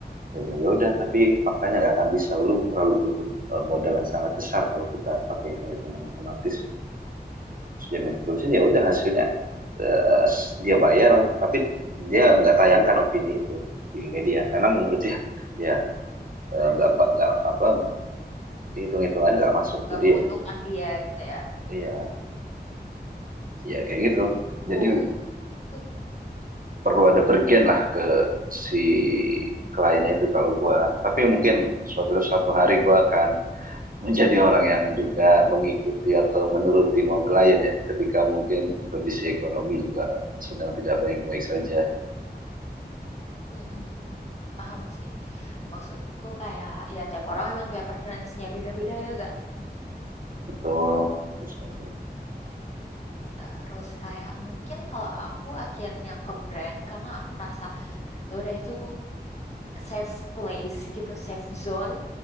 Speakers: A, on the right; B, on the left.
A: Gua bilang, Ya udah, tapi faktanya nggak akan bisa. Lu terlalu butuh eh, modal yang sangat besar kalau kita pakai hitung-hitungan matematis. sudah minta tulisan ya udah hasilnya eh, dia bayar tapi dia nggak tayangkan opini itu di media karena menurut dia ya eh, nggak ba- nggak apa hitung hitungannya nggak masuk
B: Gak
A: jadi
B: menguntungkan
A: ya udah
B: dia gitu ya.
A: iya ya kayak gitu
B: Oh,
A: jadi
B: uh,
A: perlu ada bergen lah ke si kliennya itu kalau gua tapi mungkin suatu suatu hari gua akan <laughs> menjadi orang yang juga mengikuti atau menuruti mau klien ya ketika mungkin kondisi ekonomi juga sedang tidak baik-baik saja
B: mm, mm, mm. Paham sih. Maksudku kayak ya tiap orang memang punya preferensinya beda-beda ya gak?
A: Betul, betul sekali.
B: Terus kayak mungkin kalau aku akhirnya ke brand karena aku merasa Ya udah itu safe place gitu, safe zone